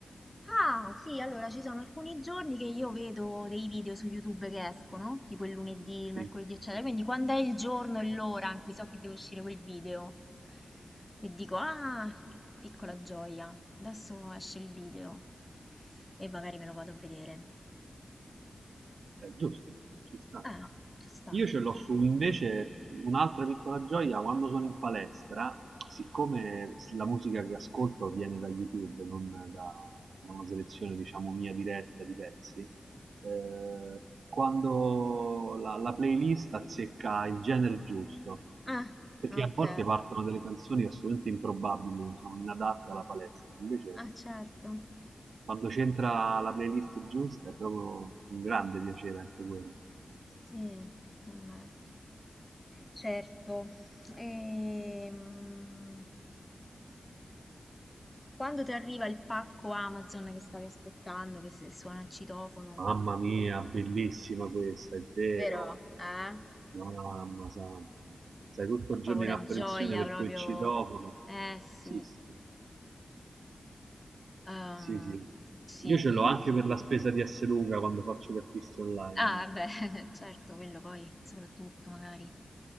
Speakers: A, on the left; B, on the right.
A: Ah, sì, allora ci sono alcuni giorni che io vedo dei video su YouTube che escono, tipo il lunedì, il mercoledì,
B: Sì.
A: eccetera. Quindi quando è il giorno e l'ora in cui so che deve uscire quel video e dico, ah, che piccola gioia, adesso esce il video e magari me lo vado a vedere.
B: è giusto, ci sta.
A: Eh, ci sta.
B: Io ce l'ho su invece un'altra piccola gioia quando sono in palestra, siccome la musica che ascolto viene da YouTube, non da, da una selezione diciamo mia diretta di pezzi, eh, quando la, la playlist azzecca il genere giusto,
A: Ah,
B: perché
A: ok.
B: a volte partono delle canzoni assolutamente improbabili, diciamo, inadatte alla palestra, invece
A: Ah, certo.
B: quando c'entra la playlist giusta è proprio un grande piacere anche quello.
A: Sì, ma- certo. Ehm, quando ti arriva il pacco Amazon che stavi aspettando, che se- suona il citofono,
B: Mamma mia, bellissima questa, è vero.
A: vero? Eh?
B: Mamma santa. Sei tutto
A: È
B: il
A: proprio
B: giorno in
A: la
B: apprensione
A: gioia,
B: per
A: proprio.
B: quel citofono.
A: Eh, sì.
B: Sì, sì.
A: Ehm,
B: Sì, sì.
A: sì.
B: Io ce l'ho anche per la spesa di Luca quando faccio gli acquisti online.
A: Ah, beh, <laughs> certo, quello poi, soprattutto, magari.